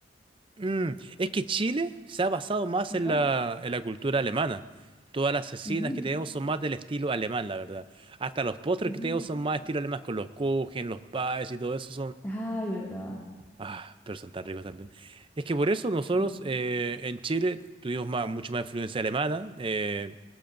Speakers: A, on the right; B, on the left.
A: Mm, es que Chile se ha basado más en
B: ya
A: la, en la cultura alemana. Todas las cecinas
B: Ujú,
A: que tenemos son más del estilo alemán, la verdad. Hasta los postres
B: ujú.
A: que tenemos son más estilo alemán, con los kuchen, los pies y todo eso
B: Ay, verdad.
A: Ah, pero son tan ricos también. Es que por eso nosotros
B: Ujú.
A: eh, en Chile tuvimos más, mucho más influencia alemana. eh,